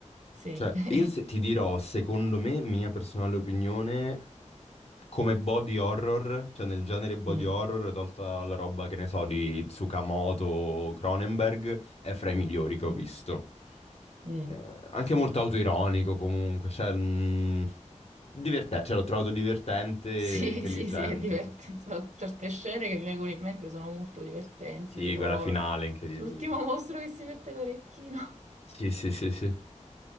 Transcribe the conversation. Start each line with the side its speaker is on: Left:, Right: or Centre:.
Right: sì.
Left: Cioè,
Right: <laughs>
Left: io se- ti dirò, secondo me, mia personale opinione, come body horror, cioè nel genere body
Right: Mm,
Left: horror, tolta la roba, che ne so, di Tsukamoto o Cronenberg, è fra i migliori che ho
Right: mm,
Left: visto.
Right: mm,
Left: Eh, anche
Right: sì.
Left: molto autoironico comunque, cioè, mh, divertente, cioè l'ho trovato divertente e
Right: Sì,
Left: intelligente.
Right: <laughs> sì, sì, è divertente.
Left: Sì, sì.
Right: Sono Certe scene che mi vengono in mente sono molto divertenti,
Left: Sì,
Right: tipo
Left: quella finale è incredibile.
Right: l'ultimo mostro che si mette l'orecchino
Left: Sì, sì, sì, sì. sì.